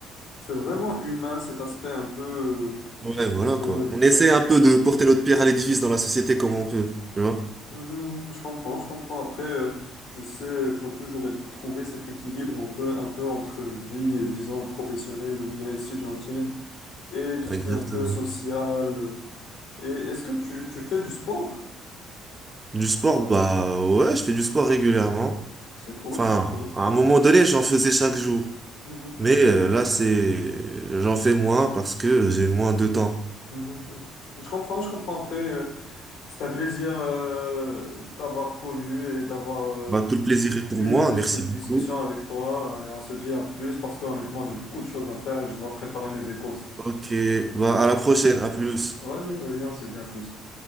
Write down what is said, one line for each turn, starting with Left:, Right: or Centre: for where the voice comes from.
Left: c'est vraiment humain cet aspect un peu euh,
Right: Ouais, voilà
Left: un peu.
Right: quoi. On essaie un peu
Left: Mhm.
Right: de porter notre pierre à l'édifice dans la société comme on peut, tu vois?
Left: Mhm. Je comprends, je comprends. Après, euh, tu sais, il faut toujours être- trouver cet équilibre un peu un peu entre vie, euh, disons professionnelle ou bien étudiantine et tout ce
Right: Exactement.
Left: qui est un peu social. Et est-ce que tu, tu fais du sport?
Right: Du sport, bah ouais, je fais du sport régulièrement.
Left: C'est cool,
Right: Enfin,
Left: c'est cool.
Right: à un moment donné, j'en faisais chaque jour.
Left: Mhm, mhm.
Right: Mais euh, là, c'est j'en fais moins parce que j'ai moins de temps.
Left: Mhm, mhm. Je comprends, je comprends. Après. euh, C'est un plaisir euh, de t'avoir connu et d'avoir euh,
Right: Bah, tout le plaisir est pour
Left: eu
Right: moi. Merci
Left: cette
Right: beaucoup.
Left: discussion avec toi. Et on se dit à plus parce que honnêtement, j'ai beaucoup de choses à faire et je dois préparer mes échos.
Right: Ok, bah à la prochaine, à plus.
Left: Vas-y, vas-y, on se dit à plus.